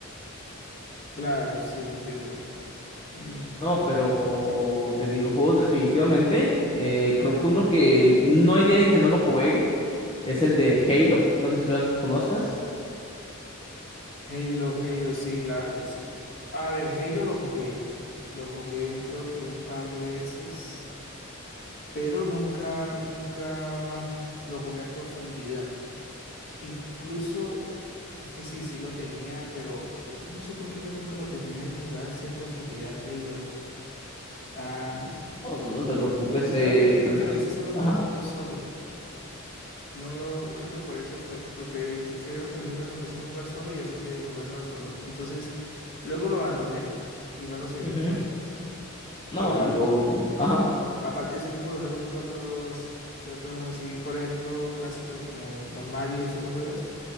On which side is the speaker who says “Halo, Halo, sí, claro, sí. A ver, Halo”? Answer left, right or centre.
Left